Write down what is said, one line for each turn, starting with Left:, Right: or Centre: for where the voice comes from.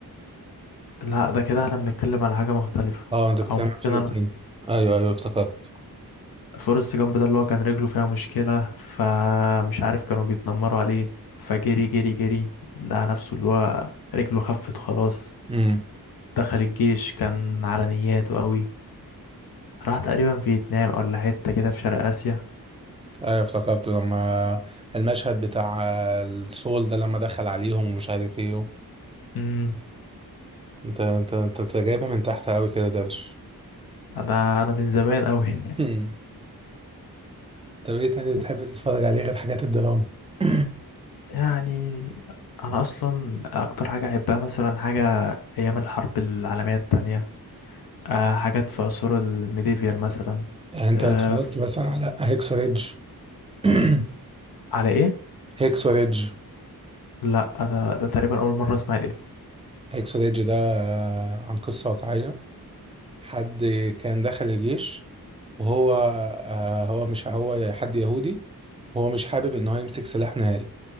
Left: لا ده كده احنا بنتكلم على حاجة مختلفة
Right: اه انت بتتكلم
Left: او ممكن
Right: عن فيلم
Left: انا
Right: تاني ايوه ايوه افتكرت
Left: فورست جامب ده اللي هو كان رجله فيها مشكلة فمش عارف كانوا بيتنمروا عليه فجري جري جري لقى نفسه اللي هو رجله خفت خلاص
Right: امم
Left: دخل الجيش كان على نياته قوي راح تقريبا فيتنام ولا حتة كده في شرق آسيا
Right: ايوه افتكرت لما المشهد بتاع السول ده لما دخل عليهم ومش عارف ايه و...
Left: امم
Right: انت انت انت, انت جايبها من تحت قوي كده درش
Left: ده انا من زمان قوي
Right: مم. طب ايه تاني
Left: <laughs>
Right: بتحب تتفرج عليه غير حاجات الدراما <clears throat>
Left: يعني انا اصلا اكتر حاجه احبها مثلا حاجه ايام الحرب العالميه التانية أه حاجات في عصور الميديفيال مثلا
Right: يعني انت
Left: أه
Right: اتفرجت
Left: ف-
Right: مثلا على هيكسو ريدج <clears throat>
Left: على ايه
Right: هيكسو ريدج
Left: لا انا ده تقريبا اول مره اسمع الاسم
Right: هيكسو ريدج ده آه، عن قصة واقعية حد كان دخل الجيش وهو آه، هو مش هو حد يهودي وهو مش حابب ان هو يمسك سلاح نهائي